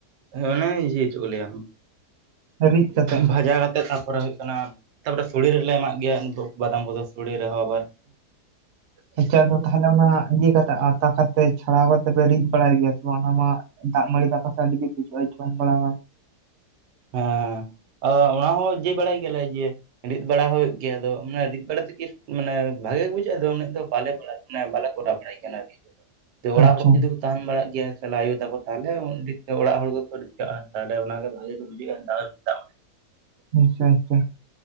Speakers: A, on the right; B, on the right.
A: ᱚᱱᱟ ᱜᱮ ᱡᱮ ᱪᱮᱫ ᱠᱚ ᱞᱟᱹᱭ ᱟ?
B: ᱨᱤᱫ ᱠᱟᱛᱮᱜ
A: ᱵᱷᱟᱡᱟ ᱠᱟᱛᱮ ᱛᱟᱯᱚᱨᱮ ᱦᱩᱭᱩᱜ ᱠᱟᱱᱟ ᱛᱟᱯᱚᱨᱮ ᱥᱚᱲᱮ ᱨᱮᱞᱮ ᱮᱢᱟᱜ ᱜᱮᱭᱟ ᱵᱟᱫᱟᱢ ᱠᱚᱫᱚ ᱾ ᱥᱩᱲᱮ ᱨᱮᱦᱚᱸ ᱟᱵᱟᱨ ᱾
B: ᱱᱮᱛᱟᱨ ᱢᱟ ᱛᱟᱦᱚᱞᱮ ᱚᱱᱟᱼᱼ ᱠᱟᱛᱮ ᱟᱛᱟ ᱠᱟᱛᱮ ᱪᱷᱟᱲᱟᱣ ᱠᱟᱛᱮ ᱯᱮ ᱨᱤᱫ ᱵᱟᱲᱟᱭ ᱜᱮᱭᱟ ᱥᱮ ᱵᱟᱝ ᱚᱱᱟ ᱢᱟ ᱼᱼ ᱫᱟᱜ ᱢᱟᱹᱲᱤ ᱫᱟᱠᱟ ᱥᱟᱣ ᱡᱩᱫᱤ <unintelligible>
A: ᱦᱮᱸ ᱚᱱᱟ ᱦᱚᱸ ᱡᱮ ᱵᱟᱲᱟᱭ ᱜᱮᱭᱟ ᱞᱮ ᱡᱮ ᱼᱼ ᱨᱤᱫ ᱵᱟᱲᱟ ᱦᱩᱭᱩᱜ ᱜᱮᱭᱟ ᱟᱫᱚ ᱨᱤᱫ ᱵᱟᱲᱟ ᱛᱮ ᱪᱮᱫ ᱢᱟᱱᱮ ᱵᱷᱟᱜᱮ ᱜᱮ ᱵᱩᱡᱷᱟᱹᱜᱼᱟ ᱟᱫᱚ ᱩᱱᱟᱹᱜ ᱫᱚ ᱵᱟᱞᱮ ᱵᱟᱲᱟᱭᱟ ᱢᱟᱱᱮ ᱵᱟᱞᱮ ᱼᱼ ᱠᱚᱨᱟᱣ ᱵᱟᱲᱟᱭ ᱜᱮᱭᱟ ᱛᱚ ᱚᱲᱟᱜ
B: ᱟᱪᱪᱷᱟ
A: ᱦᱚᱲ ᱠᱚ ᱡᱩᱫᱤ ᱠᱚ ᱛᱟᱦᱮᱱ ᱵᱟᱲᱟᱜ ᱜᱮᱭᱟ ᱛᱟᱞᱟ ᱟᱭᱳ ᱛᱟᱠᱚ ᱼᱼ ᱛᱟᱦᱚᱞᱮ ᱚᱲᱟᱜ ᱦᱚᱲ ᱠᱚᱠᱚ ᱨᱤᱫ ᱠᱟᱜᱼᱟ, ᱛᱟᱦᱚᱞᱮ ᱚᱱᱟᱜᱮ ᱵᱷᱟᱜᱤ ᱠᱚ ᱵᱩᱡᱷᱟᱹᱜᱼᱟ ᱼᱼ
B: ᱟᱪᱪᱷᱟ ᱟᱪᱪᱷᱟ ᱾